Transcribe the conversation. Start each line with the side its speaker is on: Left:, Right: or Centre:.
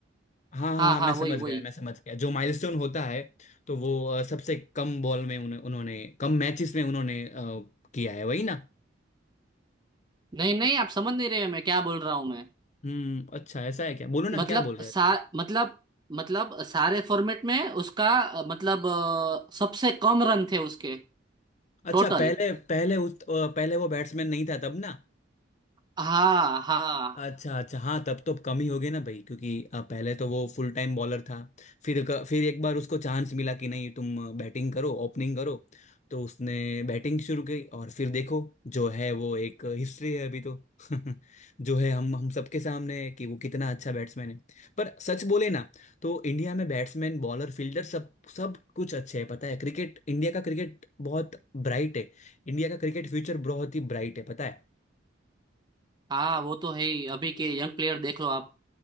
Left: हाँ हाँ
Right: हाँ
Left: हाँ,
Right: हाँ
Left: मैं समझ
Right: वही वही
Left: गया मैं समझ गया जो माइलस्टोन होता है तो वो अ, सबसे कम बॉल में उन्हें उन्होंने कम मैचेस में उन्होंने अ, किया है वही ना
Right: नहीं नहीं आप समझ नहीं रहे मैं क्या बोल रहा हूँ मैं
Left: हम्म अच्छा ऐसा है क्या बोलो ना
Right: मतलब
Left: क्या बोल रहे
Right: सा
Left: थे
Right: मतलब मतलब सारे फॉर्मेट में उसका अ, मतलब अ, सबसे कम रन थे उसके टोटल
Left: अच्छा पहले पहले उस अ, पहले वो बैट्समैन नहीं था तब ना
Right: हाँ हाँ
Left: अच्छा अच्छा हाँ तब तो कम ही हो गए ना भाई क्योंकि अ, पहले तो वो फुल टाइम बॉलर था फिर क- फिर एक बार उसको चांस मिला कि नहीं तुम बैटिंग करो ओपनिंग करो तो उसने बैटिंग शुरू की और फिर देखो जो है वो एक हिस्ट्री है अभी तो <laughs> जो है हम हम सबके सामने है कि वो कितना अच्छा बैट्समैन है पर सच बोले ना तो इंडिया में बैट्समैन बॉलर फील्डर सब सब कुछ अच्छे है पता है क्रिकेट इंडिया का क्रिकेट बहुत ब्राइट है इंडिया का क्रिकेट फ्यूचर बहुत ही ब्राइट है पता है
Right: हाँ वो तो है ही अभी के यंग प्लेयर देख लो आप